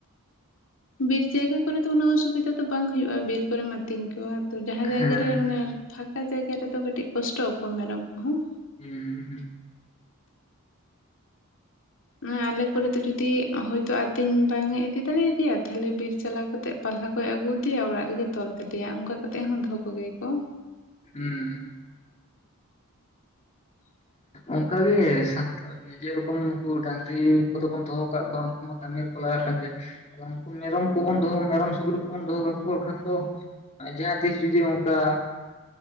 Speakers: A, on the left (about 60°); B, on the left (about 30°).
A: ᱵᱤᱨ ᱡᱟᱭᱜᱟ ᱠᱚᱨᱮ ᱫᱚ ᱩᱱᱟᱹᱜ ᱚᱥᱩᱵᱤᱫᱟ ᱫᱚ ᱵᱟᱝ ᱦᱩᱭᱩᱜ-ᱟ ᱵᱤᱨ ᱠᱚᱨᱮᱢ ᱟᱹᱛᱤᱧ ᱠᱚᱣᱟ ᱛᱚ ᱡᱟᱦᱟᱸ
B: ᱦᱩᱸ
A: ᱡᱟᱭᱜᱟ
B: ᱦᱮᱸ
A: ᱨᱮ ᱢᱟᱱᱮ ᱯᱷᱟᱸᱠᱟ ᱡᱟᱭᱜᱟ ᱨᱮᱫᱚ ᱠᱟᱹᱴᱤᱡ ᱠᱚᱥᱴᱚᱜ ᱟᱠᱚ ᱢᱮᱨᱚᱢ ᱠᱚᱦᱚᱸ᱾
B: ᱦᱩᱸ ᱦᱩᱸ᱾
A: ᱮᱸ ᱟᱞᱮ ᱠᱚᱨᱮ ᱫᱚ ᱡᱩᱫᱤ ᱦᱚᱭᱛᱳ ᱟᱛᱤᱧ ᱵᱟᱝ ᱮ ᱤᱫᱤ ᱫᱟᱲᱮᱭᱟᱫᱮᱭᱟ ᱛᱟᱦᱚᱞᱮ ᱵᱤᱨ ᱪᱟᱞᱟᱣ ᱠᱟᱛᱮᱫ ᱯᱟᱞᱦᱟ ᱠᱚᱭ ᱟᱹᱜᱩ ᱟᱫᱮᱭᱟᱭ ᱚᱲᱟᱜ ᱨᱮᱜᱮ ᱛᱚᱞ ᱠᱟᱫᱮᱭᱟᱭ, ᱚᱱᱠᱟ ᱠᱟᱛᱮᱫ ᱦᱚᱸ ᱫᱚᱦᱚ ᱠᱚᱜᱮᱭᱟ ᱠᱚ ᱾
B: ᱦᱩᱸ ᱾
A: ᱦ <inaudible>
B: ᱚᱱᱠᱟ ᱜᱮ ᱥᱟᱱᱛᱟᱲ ᱡᱮᱨᱚᱠᱚᱢ ᱱᱩᱠᱩ ᱰᱟᱝᱨᱤ ᱠᱚᱫᱚ ᱵᱚᱱ ᱫᱚᱦᱚ ᱟᱠᱟᱫ ᱠᱚᱣᱟ ᱩᱱᱠᱩ ᱢᱟ ᱠᱟᱹᱢᱤ ᱨᱮᱠᱚ ᱞᱟᱹᱜᱟᱜ ᱠᱟᱱ ᱜᱮᱭᱟ ᱾ ᱩᱱᱠᱩ ᱢᱮᱨᱚᱢ ᱠᱚᱵᱚᱱ ᱫᱚᱦᱚ ᱢᱮᱨᱚᱢ ᱥᱩᱠᱨᱤ ᱠᱚᱵᱚᱱ ᱫᱚᱦᱚ ᱠᱟᱠᱚ ᱠᱷᱟᱱ ᱫᱚ ᱟᱨ ᱡᱟᱦᱟᱸ ᱛᱤᱥ ᱡᱩᱫᱤ ᱚᱝᱠᱟ